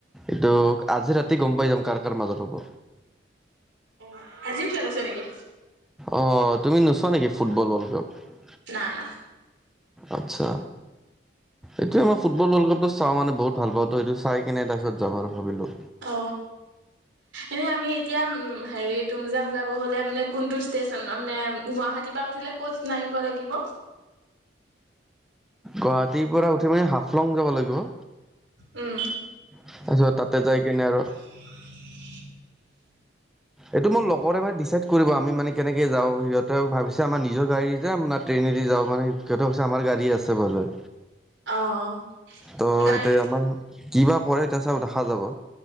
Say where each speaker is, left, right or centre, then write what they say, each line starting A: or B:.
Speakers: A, in the centre; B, on the right.
A: এইটো আজি ৰাতি গম পাই যাম কাৰ কাৰ মাজত হ'ব
B: অ আজিও খেল আছে নেকি
A: অ তুমি নোচোৱা নেকি ফুটবল ৱৰ্ল্ড কাপ
B: না না
A: আচ্ছা। এইটোয়ে মই ফুটবল ৱৰ্ল্ডকাপটো চওঁ মানে বহুত ভাল পাওঁ ত হেটো চাই কেনে এ তাৰ পিছত যাম আৰু ভাবিলো।
B: অ এনে আমি এতিয়া উম হেৰি তুমজাং যাব হলে মানে কোনটো ষ্টে ষ্টেচন মানে গুৱাহাটীৰ পৰা উঠিলে ক'ত নামিব লাগিব।
A: গুৱাহাটীৰ পৰা উঠি মানে হাফলং যাব লাগিব।
B: উম
A: তাৰপিছত তাতে যাই কিনে আৰু
B: <unintelligible>
A: এইটো মোৰ লগৰে মানে ডিচাইড কৰিব আমি মানে কেনেকে যাওঁ সিহঁতে ভাবিছে আমাৰ নিজৰ গাড়ীত যাম না ট্ৰেইনেদি যাওঁ মানে সিহঁতে ক হৈছে আমাৰ গাড়ী আছে ভালে,
B: অ
A: ত'
B: গাড়ী
A: এতিয়া আমাৰ কি বা কৰে এতিয়া চাওঁ দেখা যাব।